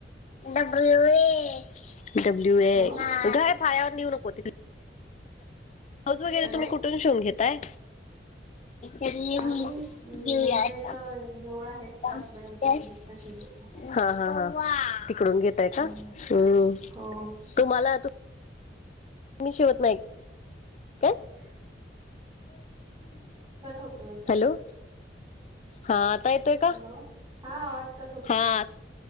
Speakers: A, on the left (about 40°); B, on the right (about 25°).
A: W A W A.
B: Hello
A: उठय पायावर नीऊ नको ती. ब्लाउज वगैरे
B: हॅलो
A: तुम्ही कुठून शिवून घेताय? येऊ
B: आम्ही अं
A: देऊया
B: आमच्या इथं
A: आ.
B: जवळ आहेत सासूबाई
A: <unintelligible>
B: आमच्या चुलत त्या शिजवतात
A: हा हा हा तिकडून घेतय
B: हो
A: का? हम
B: हो.
A: तुमाला मी शिवत नाही. काय
B: ह. होतोय
A: हॅलो. हां आता येतोय का?
B: हॅलो हा आवाज कट होतोय
A: हा.
B: तुमचा